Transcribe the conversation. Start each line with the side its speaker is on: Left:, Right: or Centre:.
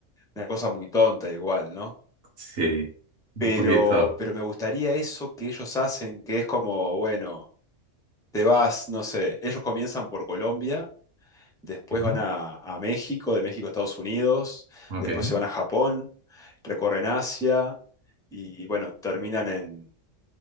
Centre: una cosa muy tonta igual, ¿no?
Right: Sí, un
Centre: Pero,
Right: poquito.
Centre: pero me gustaría eso que ellos hacen, que es como, bueno, te vas, no sé, ellos comienzan por Colombia Después
Right: Ujú.
Centre: van a, a México, de México a Estados Unidos,
Right: Ok.
Centre: después se van a Japón, recorren Asia y bueno, terminan en,